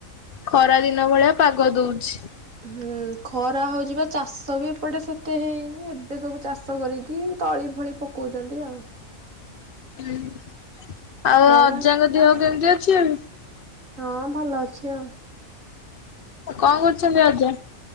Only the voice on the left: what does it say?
ଖରା ଦିନ ଭଳିଆ ପାଗ ଦୋଉଛି।
ହୁଁ ଆଉ
ଅଜାଙ୍କ ଦେହ କେମିତି ଅଛି ଏବେ?
କଁ କରୁଚନ୍ତି ଅଜା?